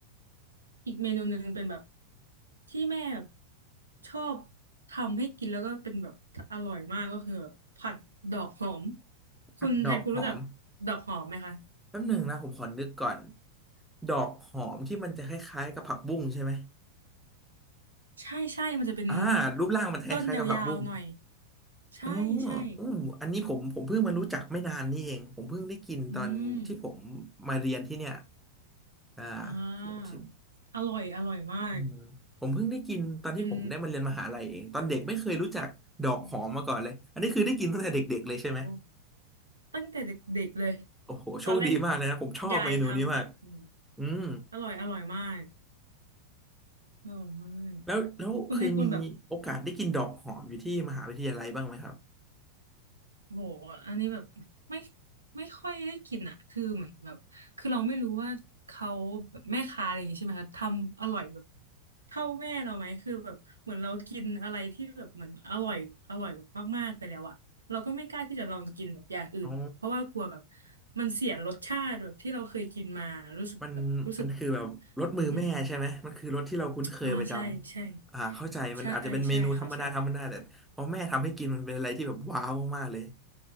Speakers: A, on the right; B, in the centre.
A: อีกเมนูหนึ่งเป็นแบบที่แม่แบบชอบทำให้กินแล้วก็เป็นแบบอร่อยมากก็คือแบบผัดดอกหอมคุณแทนคุณรู้จัก
B: ผัดดอกหอม
A: ดอกหอมไหมคะ
B: แป๊บหนึ่งนะผมขอนึกก่อนดอกหอมที่มันจะคล้ายๆกับผักบุ้งใช่ไหม
A: ใช่ใช่มันจะเป็น
B: อ่ารูปร่างมันคล้ายๆกับผักบุ้ง
A: ต้นยาวๆหน่อยใช่ใช่
B: เอออืมอันนี้ผมผมเพิ่งมารู้จักไม่นานนี่เองผมเพิ่งได้กินตอนที่ผม
A: อืม
B: มาเรียนที่เนี่ย อ่า
A: อ่า
B: ที่ท
A: อร่อยอร่อยมาก
B: อืมผมเพิ่งได้กินตอนที่ผมได้มาเรียนมหาลัยเองตอนเด็กไม่เคยรู้จักดอกหอมมาก่อนเลยอันนี้คือได้กินตั้งแต่เด็กๆเลยใช่ไหม
A: เป็นอืมโอ้โหตั้งแต่เด็กๆเลย
B: โอ้โหโชคดีมากเลยนะผมชอบเมนูนี้มาก
A: ตอนแรกยายทำก่อนอืม
B: อืม
A: อร่อยอร่อยมากอร่อยมาก
B: แล้วแล้วเคยมีโอกาสได้กินดอกหอมอยู่ที่มหาวิทยาลัยบ้างไหมครับ
A: คุณแทนคุณแบบโหอันนี้แบบไม่ไม่ค่อยได้กินอ่ะคือเหมือนแบบคือเราไม่รู้ว่าเขาแบบแม่ค้าอะไรอย่างงี้ใช่ไหมคะทำอร่อยแบบเท่าแม่เราไหมคือแบบเหมือนเรากินอะไรที่แบบเหมือนอร่อยอร่อยแบบมากๆไปแล้วอ่ะเราก็ไม่กล้าที่จะลองกินแบบอย่างอื่นเพราะว่ากลัวแบบ
B: อ๋อ
A: มันเสียรสชาติแบบที่เราเคยกินมารู้สึกแบบรู้สึก
B: มันมันคือแบบรสมือแม่ใช่ไหมมันคือรสที่เราคุ้นเคยประจำอ่าเข้าใจมันอาจจะเป็นเมนูธรรมดาธรรมดาแต่พอแม่ทำให้กินมันเป็นอะไรที่แบบว้าวมากๆเลย
A: อืมอ่าใช่ใช่ใช่ใช่ค่ะใช่